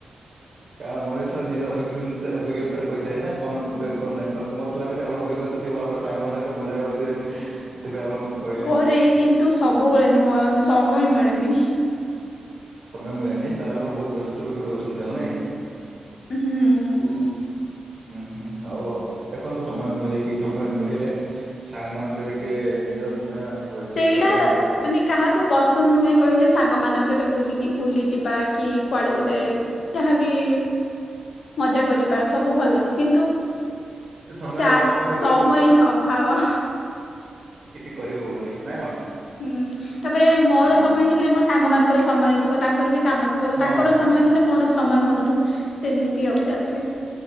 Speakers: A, on the left (about 75°); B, on the right (about 55°).
A: ହ
B: କାରଣ ମଣିଷ ନିଜର ଅଭିଜ୍ଞତା ଅଭିଜ୍ଞତା ରେ କହିଥାଏ ନା କଣ ଫଳେ କଣ ନାହିଁ ତ ମ ତେ ଲାଗୁଛି ଆପଣ ଅଭିଜ୍ଞତା ଥିବ ଆପଣ ସାଙ୍ଗମାନେ ସହିତ ମଜା କରୁଥିବେ। ସେଥିପାଇଁ ଆପଣ ମତେ କହିଲେ।
A: କରେ କିନ୍ତୁ ସବୁବେଳେ ନୁହଁ ଆ ସମୟ ମିଳେନି।
B: ସମୟ ମିଳେନି ତାହେଲେ ଆପଣ ବହୁତ ବ୍ୟସ୍ତ ବ୍ୟପତ ରହୁଛନ୍ତି ତାହେଲେ ନାଇଁ।
A: ହୁଁ
B: ହଁ ହୁଁ ହୁଁ ହଉ ଆଉ। ଦେଖନ୍ତୁ ସମୟ ମିଳିକି ସମୟ ମିଳିଲେ ସାଙ୍ଗ ମା ଙ୍କ ସହ ଟିକେ ନିଜ ସମୟ
A: ସେଇଟା
B: ବ୍ୟତୀତ କରନ୍ତୁ।
A: ମାନେ କାହାକୁ ପସନ୍ଦ ନୁହେଁ କହିଲେ ସାଙ୍ଗ ମାନଙ୍କ ସହିତ ବୁଲିକି ବୁଲି ଯିବା କି କୁଆଡେ ଗୋଟେ ଯାହାବି-ଇ-ଇ ମଜା କରିବା ସବୁ ଭଲ ଲାଗେ କିନ୍ତୁ
B: ସମୟର
A: ତା
B: ଅଭାବ ହେତୁ
A: ସମୟ ହବ।
B: କିଛି କରି ହଉନାହିଁ ନା କଣ।
A: ହୁଁ ତାପରେ ମୋର
B: ହଁ
A: ସମୟ ହେଲେ ମୋ ସାଙ୍ଗ ମାନଙ୍କର ସମୟ ନ ଥିବ ତାଙ୍କର ବି କାମ ଥିବ ତ
B: ହଁ
A: ତାଙ୍କର
B: ହଁ
A: ସମୟ ହେଲେ ମୋର ସମୟ ହଉନଥିବ ସେମିତି ଆଉ ଚାଲିଛି।